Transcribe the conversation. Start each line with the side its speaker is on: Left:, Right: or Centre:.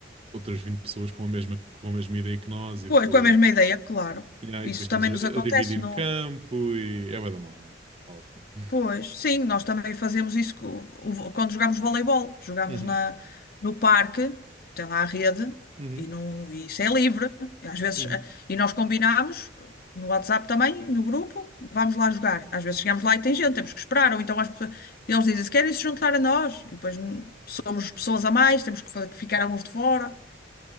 Right: outras 20 pessoas com a mesma, com a mesma ideia que nós e
Left: pois,
Right: depois,
Left: com a mesma ideia, claro.
Right: yeah,
Left: Isso
Right: e depois estamos
Left: também
Right: a,
Left: nos acontece
Right: a dividir
Left: no,
Right: campo e é bué da mal. não vale a pena.
Left: Pois, sim, nós também fazemos isso co- o- quando jogamos voleibol. Jogamos
Right: Uhum,
Left: na, no parque, tem lá a rede,
Right: uhum,
Left: e, não, e isso é livre. E às vezes,
Right: uhum,
Left: eh, e nós combinamos no WhatsApp também, no grupo, vamos lá jogar. Às vezes chegamos lá e tem gente, temos que esperar. Ou então as pe- eles dizem, se querem se juntar a nós, e depois hum, somos pessoas a mais, temos que fa- ficar alguns de fora.